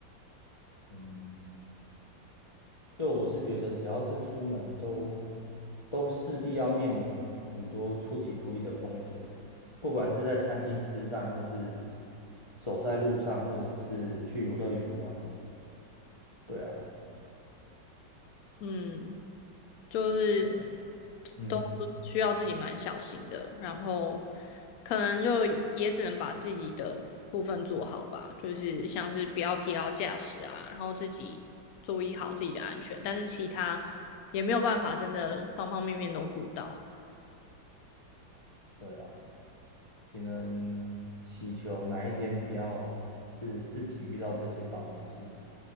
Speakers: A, on the left; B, on the left.
A: 嗯。对，我是觉得只要是出门都都势必要面临很多出其不意的风险，不管是在餐厅吃饭，或是走在路上，或者是去游乐园玩。对啊，
B: 嗯，就是
A: 嗯嗯，
B: 都需要自己蛮小心的，然后可能就也只能把自己的部分做好吧，就是像是不要疲劳驾驶啊，然后自己注意好自己的安全，但是其他也没有办法真的方方面面都顾到。
A: 对啊，只能祈求哪一天不要是自己遇到这些倒霉事。